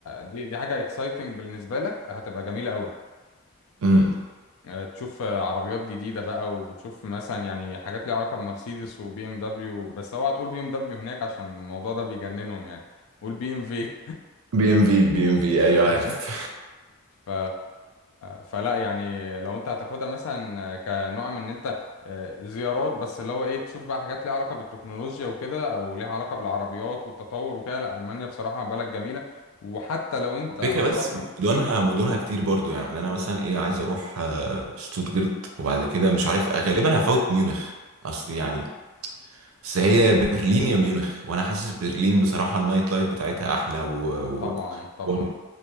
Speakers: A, on the left (about 80°); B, on the right (about 85°).
A: دي دي حاجة اكسايتنج بالنسبة لك هتبقى جميلة قوي
B: امم
A: آه تشوف آه، عربيات جديدة بقى وبتشوف مثلا يعني حاجات ليها علاقة بمرسيدس وبي ام دبليو بس اوعى تقول بي ام دبليو هناك عشان الموضوع ده بيجننهم يعني قول بي ام في
B: بي ام في بي ام في ايوه
A: <laughs>
B: عارف
A: ف... فلا يعني لو انت هتاخدها مثلا كنوع من ان انت آه، زيارات بس اللي هو ايه تشوف بقى حاجات ليها علاقة بالتكنولوجيا وكده او ليها علاقة بالعربيات والتطور وكده لا ألمانيا بصراحة بلد جميلة وحتى لو انت
B: الفكره
A: هتروح
B: بس مدنها
A: مم،
B: مدنها كتير برضو يعني انا مثلا ايه عايز اروح آه، شتوتجرت وبعد كده مش عارف غالبا هفوت ميونخ اصل يعني بس هي برلين يا ميونخ وانا حاسس برلين بصراحه النايت لايف بتاعتها احلى و...
A: طبعا
B: و...
A: طبعا
B: و...